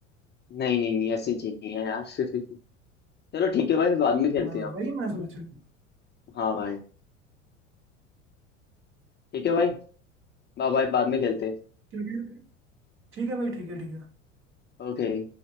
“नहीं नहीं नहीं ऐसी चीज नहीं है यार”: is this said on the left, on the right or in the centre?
Left